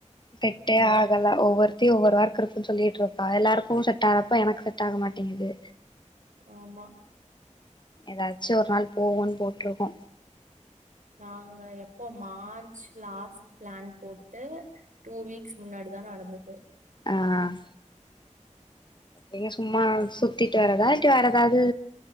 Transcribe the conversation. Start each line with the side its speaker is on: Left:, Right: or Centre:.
Left: செட்டே
Right: ம்
Left: ஆகல ஒவ்வொர் த்தி ஒவ்வொரு வொர்க் இருக்குன் சொல்லிட்டு இருக்கா. எல்லாருக்கு செட் ஆறப்ப எனக்கு செட் ஆக மாட்டேங்குது.
Right: ஆமா
Left: ஏதாச்சு ஒரு நாள் போவோனு போட்ருக்கோ.
Right: நாங்க எப்போ மார்ச் லாஸ்ட் பிளான் போட்டு டூ வீக்ஸ் முன்னாடிதா நடந்தது.
Left: ஆஹ் எங்க சும்மா
Right: அது
Left: சுத்திட்டு வரதா? டு அறதாது